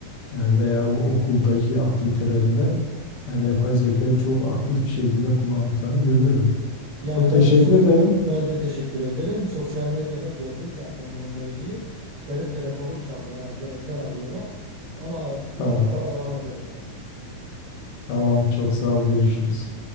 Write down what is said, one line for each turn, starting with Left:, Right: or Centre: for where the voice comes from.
Left: e, veya o okuldaki aktivitelerinde yani yapay zeka çok aktif bir şekilde kullandıklarını görüyorum.
Right: Yani
Left: Çok teşekkür
Right: ben de sos
Left: ederim.
Right: ben de teşekkür ederim. Sosyal medyada gördüm zaten bununla ilgili. Benim telefonum çaldı herhalde evden arıyorlar. Ama mutlaka
Left: Tamam,
Right: Tamam. devam edelim sonra.
Left: tamam. Çok sağ ol. Görüşürüz.